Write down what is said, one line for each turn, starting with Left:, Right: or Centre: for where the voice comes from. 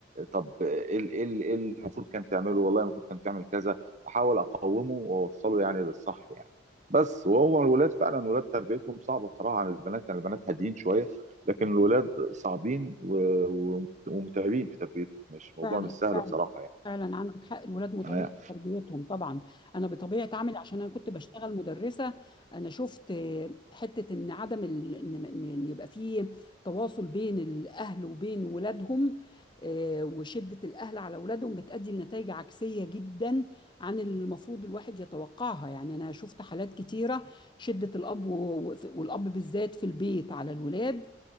Right: طب ايه ال- ايه ال- إيه اللي المفروض كان تعمله والله المفروض كان تعمل كذا احاول اقومه واوصله يعني للصح يعني بس وهو الولاد فعلا الولاد تربيتهم صعبه بصراحه عن البنات يعني البنات هاديين شويه لكن الولاد صعبين و- و- ومتعبين في تربيتهم مش موضوع
Left: فعلا
Right: مش سهل
Left: فعلا
Right: بصراحه يعني
Left: فعلا عندك حق الولاد متعبين
Right: انا
Left: في تربيتهم طبعا انا بطبيعه عملي عشان انا كنت بشتغل مدرسه انا شفت حته ان عدم ال... ان إن يبقى في تواصل بين الاهل وبين ولادهم آه، وشده الاهل على ولادهم بتؤدي لنتائج عكسيه جدا عن اللي المفروض الواحد يتوقعها يعني انا شفت حالات كتيره شده الاب و... والاب بالذات في البيت على الولاد